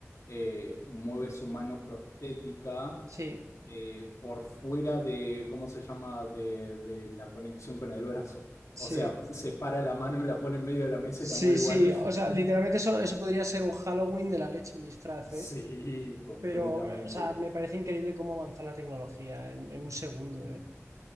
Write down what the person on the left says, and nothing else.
eh, mueve su mano prostética
eh, por fuera de, ¿cómo se llama?, de, de la conexión con el brazo.
O sea, separa la mano, la pone en medio de la mesa
y la mueve igual.
<laughs>
Sí,
completamente.